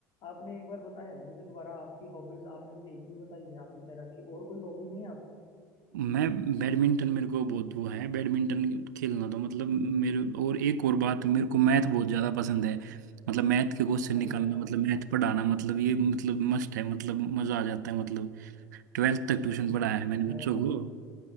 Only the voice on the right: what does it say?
मैं बैडमिंटन मेरे को बहुत वो है बैडमिंटन खेलना तो मतलब मेरे और एक और बात मेरे को मैथ बहुत ज़्यादा पसंद है मतलब मैथ के क्वेश्चन
निकालना
मतलब
मैथ
पढ़ाना मतलब ये मतलब मस्ट है मतलब मज़ा आ जाता है मतलब ट्वेल्थ तक ट्यूशन
पढ़ाया
है मैंने
बच्चों को